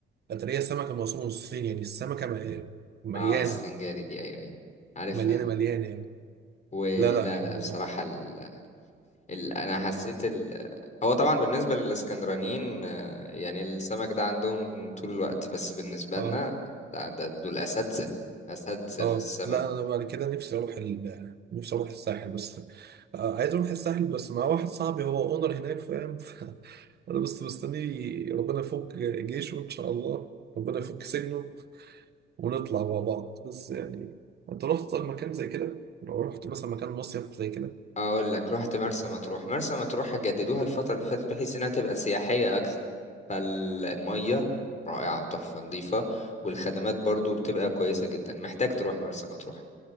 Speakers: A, on the right (about 55°); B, on the left (about 35°).
A: قطرية السمك الموصول من الصين يعني السمكة م- مليانة
B: اه السنجاري دي ايوه ايوه عارفها
A: مليانة مليانة يعني
B: ولا
A: لا لا حاجة
B: لا بصراحة
A: تحفة
B: ال... ال... انا حسيت ال... هو طبعا بالنسبة للاسكندرانيين آه، يعني السمك ده عندهم طول الوقت بس بالنسبة
A: اه
B: لنا ده, ده دول اساتذة اساتذة
A: اه
B: في السمك
A: لا انا بعد كده نفسي اروح ال... نفسي اروح الساحل بس آه عايز اروح الساحل بس مع واحد صاحبي هو اونر هناك فاهم <laughs> انا بس مستني ربنا يفك جيشه ان شاء الله ربنا يفك سجنه ونطلع مع بعض بس يعني انت رحت طيب مكان زي كده لو رحت مثلا مكان مصيف زي كده
B: اقول لك رحت مرسى مطروح مرسى مطروح جددوها الفترة اللي فاتت بحيث انها تبقى سياحية اكثر فالمية رائعة تحفة نظيفة والخدمات برضو بتبقى كويسة جدا محتاج تروح مرسى مطروح